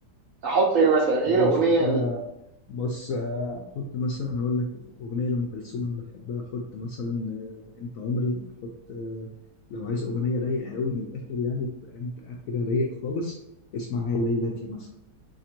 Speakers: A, on the right; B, on the left.
A: احط ايه مثلا ايه
B: ماشي
A: الاغنيه
B: انت كده
A: ال-
B: بص آه، احط مثلا هقول لك اغنيه لام كلثوم انا بحبها احط مثلا آه، انت عمري احط آه، لو عايز اغنيه رايقه قوي من الاخر يعني تبقى انت قاعد كده رايق خالص اسمع هي ليلتي مثلا